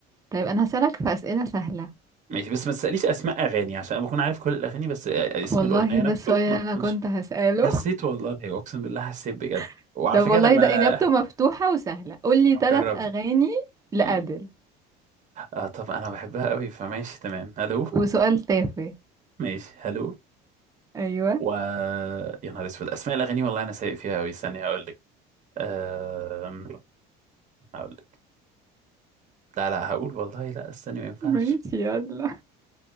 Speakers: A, on the right; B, on the right.
A: طيب انا هسألك في اسئله سهله
B: ماشي بس ما تسأليش اسماء اغاني عشان أنا بكون عارف كل الاغاني بس اسم
A: والله
B: الاغنية
A: ده
B: نفسه
A: السؤال اللي
B: ما بكونش
A: انا كنت هسأله
B: حسيت والله اقسم بالله حسيت بجد
A: <laughs>
B: وعلى
A: طب
B: فكرة
A: والله
B: لما
A: ده اجابته مفتوحه وسهله قول لي ثلاث
B: جربت
A: اغاني لأديل
B: مم. اه طب انا بحبها قوي فماشي تمام هلو
A: وسؤال تافه
B: ماشي هلو
A: ايوه
B: و يا نهار اسود اسماء الاغاني والله انا سايق فيها قوي استني هقول لك أم... هقول لك لا لا هقول والله لا استني ما ينفعش
A: ماشي يلا